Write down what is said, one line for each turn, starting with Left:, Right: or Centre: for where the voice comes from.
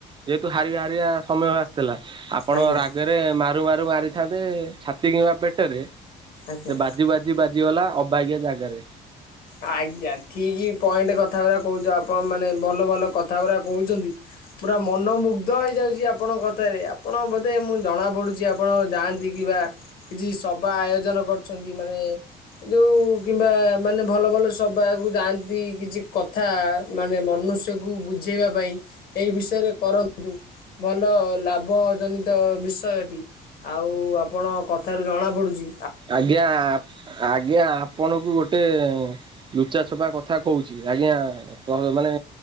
Right: ଯେହେତୁ ହାରିବା ହାରିବା ସମୟ ଆସ ଥିଲା, ଆପଣ
Left: ଆଜ୍ଞା
Right: ରାଗରେ ମାରୁ ମାରୁ ମାରିଥାନ୍ତେ ଛାତି କିମ୍ବା ପେଟରେ। ସେ
Left: ଆଜ୍ଞା।
Right: ବାଜି ବାଜି ବାଜିଗଲା ଅବାଗିଆ ଜାଗାରେ।
Left: ଆଜ୍ଞା ଠିକି ପଏଣ୍ଟ କଥା ଗୁରା କହୁଛ, ଆପଣ ମାନେ ଭଲ ଭଲ କଥା ଗୁଡ଼ା କହୁଛନ୍ତି। ପୁରା ମନମୁଗ୍ଧ ହେଇଯାଉଛି ଆପଣଙ୍କ କଥାରେ, ଆପଣ ବୋଧେ ମୁଁ ଜଣାପଡ଼ୁଛି ଆପଣ ଯାଆନ୍ ତି କିି ବା କିଛି ସବା ଆୟୋଜନ କରିଛନ୍ତି ମାନେ ଯୋଉ କିମ୍ବା ମାନେ ଭଲ ଭଲ ସବାକୁ ଯାଆନ୍ତି କିଛି କଥା ମାନେ ମନୁଷ୍ୟକୁ ବୁଝେଇବା ପାଇଁ। ଏଇ ବିଷୟରେ କରନ୍ତୁ ଭଲ ଲାଭ ଜନିତ ବିଷୟଟି। ଆଉ ଆପଣ କଥାରୁ ଜଣାପଡ଼ୁଚି
Right: ଆଜ୍ଞା ଆଜ୍ଞା ଆପଣଙ୍କୁ ଗୋଟେ ଲୁଚା ଛପା କଥା କହୁଛି ଆଜ୍ଞା <unintelligible> ମାନେ